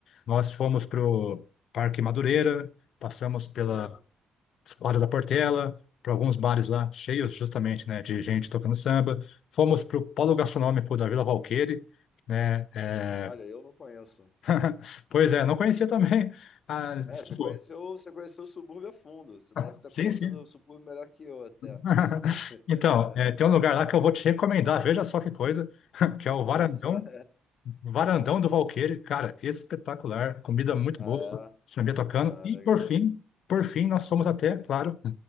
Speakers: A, on the left (about 70°); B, on the left (about 45°).
A: nós fomos pro Parque Madureira, passamos pela
B: legal.
A: Escola da Portela, para alguns bares lá cheios justamente, né, de gente tocando samba. Fomos pro Polo Gastronômico da Vila Valqueire, né, é...
B: Olha, eu não conheço.
A: <laughs> pois é, não conhecia também. Ah,
B: É, você
A: tipo,
B: conheceu, você conheceu o subúrbio a fundo. Você
A: <laughs>
B: deve estar
A: sim,
B: conhecendo
A: sim.
B: o subúrbio melhor que eu até.
A: <laughs>
B: <laughs>
A: Então, é, tem um lugar lá que eu vou te recomendar, veja só que coisa, <laughs> que é o
B: Olha
A: Varandão
B: só. <laughs>
A: Varandão do Valqueire, cara, espetacular. Comida muito
B: Ah,
A: boa, samba tocando.
B: é? Ah,
A: E
B: legal.
A: por fim, por fim, nós fomos até, claro,